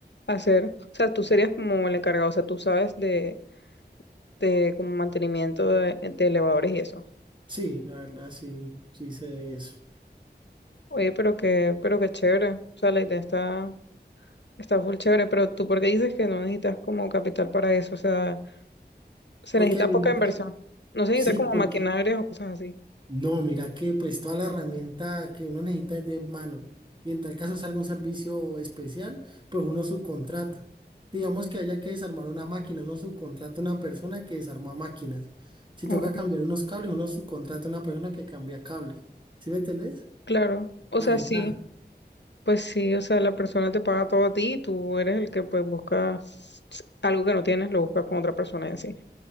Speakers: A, on the left; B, on the right.
A: hacer, o sea, tú serías como el encargado, o sea, tú sabes de, de como mantenimiento de, de elevadores y eso.
B: Sí, la verdad, sí, sí sé de eso.
A: Oye, pero que, pero qué chévere, o sea, la idea está... Está full chévere, pero tú, ¿por qué dices que no necesitas como capital para eso? O sea, Se
B: Porque
A: necesita
B: mira
A: poca inversión.
B: que,
A: No se necesita
B: sí,
A: como
B: porque,
A: maquinarias o cosas así.
B: no, mira que pues toda la herramienta que uno necesita es de mano. Y en tal caso salga un servicio especial, pues uno subcontrata. Digamos que haya que desarmar una máquina, uno subcontrata a una persona que desarma máquinas. Si toca
A: Oh,
B: cambiar unos cables, uno subcontrata a una persona que cambia cables. ¿Sí me entendés?
A: claro. O
B: La
A: sea,
B: ventaja.
A: sí, pues sí, o sea, la persona te paga todo a ti y tú eres el que pues buscas algo que no tienes, lo buscas con otra persona en sí.